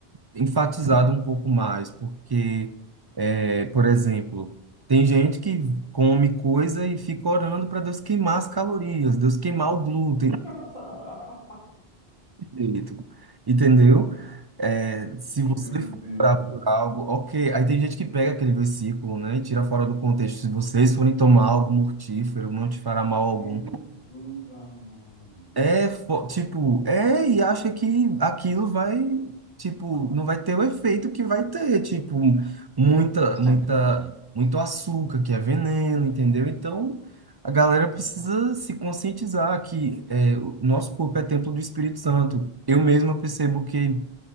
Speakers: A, on the right; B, on the left.
A: enfatizado um pouco mais, porque, é, por exemplo, tem gente que come coisa e fica orando para Deus queimar as calorias, Deus queimar o glúten,
B: <laughs>
A: direito, entendeu? É, se você
B: Meu Deus.
A: for algo, ok. Aí tem gente que pega aquele versículo, né, e tira fora do contexto. Se vocês forem tomar algo mortífero, não te fará mal algum.
B: Jesus amado.
A: É, fo- tipo, é, e acha que aquilo vai, tipo, não vai ter o efeito que vai ter, tipo, muita,
B: Senhor
A: muita,
B: Jesus.
A: muito açúcar, que é veneno, entendeu? Então, a galera precisa se conscientizar que é, o nosso corpo é templo do Espírito Santo. Eu mesma percebo que